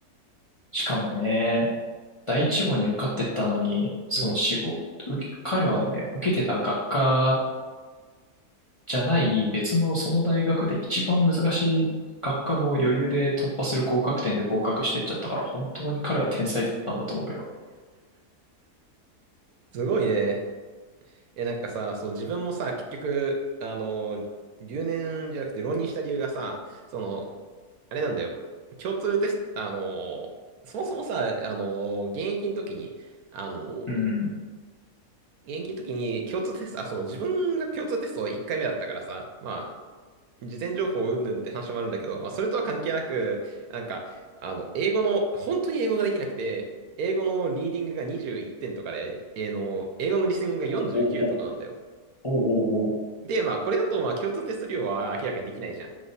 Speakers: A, on the left (about 35°); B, on the right (about 75°).
A: しかもね、第一志望に受かってったのに、その志望、
B: うん。
A: 受け彼はね、受けてた学科じゃない別のその大学で一番難しい学科も余裕で突破する合格点で合格してっちゃったから、本当に彼は天才だったんだと思うよ。
B: すごいね。え、なんかさ、そう、自分もさ、結局、あのー留年じゃなくて浪人した理由がさ、その、あれなんだよ。共通テスト、あのーそもそもさ、あのー現役の時に、あのー
A: うん。うん
B: 現役の時に共通テスト、あ、そう、自分が共通テスト1回目だったからさ、まあ、事前情報云々って話もあるんだけど、まあ、それとは関係なく、なんか、あの、英語の、本当に英語ができなくて、英語のリーディングが21点とかで、えーの、英語のリスニングが49とかなんだよ。
A: おうおうおうおうおうおう
B: で、まあ、これだと、まあ、共通テスト量は明らかにできないじゃん。